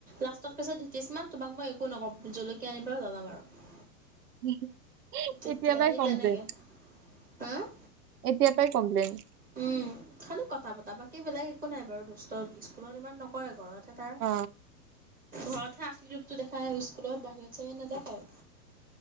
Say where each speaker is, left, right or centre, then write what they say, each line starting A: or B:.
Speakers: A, on the right; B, on the right.
A: লাষ্টত কৈছে ধ্ৰীতিস্মান তোমাক মই একো নক‌ওঁ জলকীয়া আনি পেলায় লগাম আৰু
B: <inaudible>
A: তেতিয়া
B: এতিয়া পৰাই
A: সি
B: কমপ্লেইন
A: তেনেকে অ '
B: এতিয়াৰ পৰাই কমপ্লেন।
A: উম খালি কথা পতা বাকীবিলাক একো নাই বাৰু দুষ্ট স্কুলত ইমান নকৰে ঘৰত <unintelligible> তাৰ
B: অ
A: ঘৰতহে আচলি ৰূপটো দেখায়, স্কুলত বাহিৰত চাগে নেদেখায়।